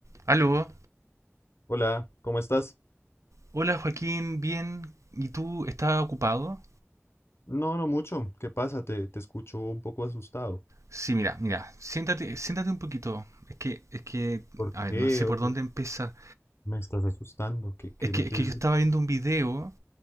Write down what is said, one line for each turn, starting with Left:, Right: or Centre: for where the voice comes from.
Right: Aló,
Left: Hola, ¿cómo estás?
Right: hola Joaquín, bien, ¿y tú estás ocupado?
Left: No, no mucho. ¿Qué pasa? Te, te escucho un poco asustado.
Right: Sí, mira, mira, siéntate, siéntate un poquito. Es que, es que,
Left: ¿Por
Right: a ver,
Left: qué?
Right: no sé por
Left: Oye,
Right: dónde empezar.
Left: me estás asustando. ¿Qué, qué
Right: Es que,
Left: me
Right: es
Left: quieres
Right: que yo estaba
Left: decir?
Right: viendo un video